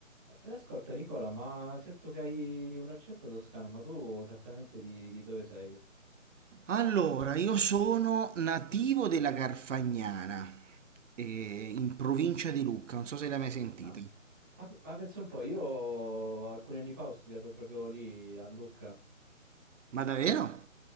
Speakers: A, in the centre; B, on the right (about 65°).
A: Eh, Ascolta Nicola, ma ho sento che hai un accento toscano, ma tu esattamente di, di dove sei?
B: Allora, io sono nativo della Garfagnana, eh, in provincia di Lucca, non so se l'hai mai sentita.
A: Ah, Ma, p- ma pensa un po', io alcuni anni fa ho studiato proprio lì a Lucca.
B: Ma davvero?